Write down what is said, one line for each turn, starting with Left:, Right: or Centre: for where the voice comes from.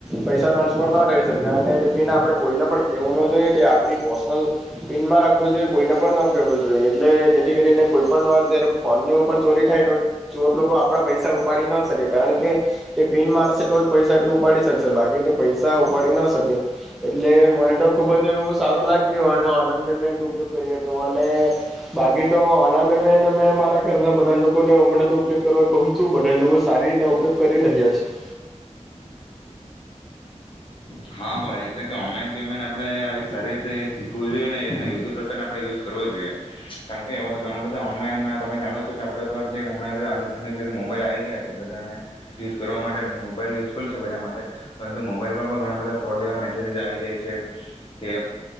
Centre: પૈસા ટ્રાન્સફર ન કરી થઈ શકે અને તેથીના આપડે કોઈને પણ કેવું ન જોઈએ કે આપડી પર્સનલ <unintelligible> જોઈએ કોઈને પણ ન કહેવું જોઈએ એટલે જેથી કરીને કોઈ પણ વાર જયારે ફોનને એવું પણ ચોરી થાય તો ચોર લોકો આપડા પૈસા ઉપાડી ન શકે કારણ કે તે પીન મારશે તો જ પૈસાથી ઉપાડી શકશે બાકી તો પૈસા ઉપાડી ન શકે. એટલે મને તો ખુબ જ એવું સારું લાગ્યું અને ઓનલાઈન પેમેન્ટ ઉપયોગ કર્યો તો અને બાકી તો ઓનલાઈન મે મે ને મે મારા ઘરના બધા લોકોને હમને તો ઉપયોગ કરવા કહુ શું બધા લોકો સારી રીતના ઉપયોગ કરી રહ્યા છે.
Left: હા, ભાઈ એટલે કે ઓનલાઈન પેમેન્ટ આપણે આવી સારી રીતે શીખવું જોઈએ ને એને યોગ્ય પ્રકાર આપણે યુઝ કરવો જોઈએ. કારણ કે, એવા તો ઘણા બધા ઓનલાઈનમાં તમે જાણો છો કે આપડે પર જેમ હમણાં <unintelligible> મોબાઈલ આવી ગયા છે, બધાને યુઝ કરવા માટે ને મોબાઈલ યુઝફુલ છે બધા માટે પરંતુ મોબાઈલ પર પણ ઘણા બધા ફ્રોડ એવા મેસેજીસ આવી જાય છે કે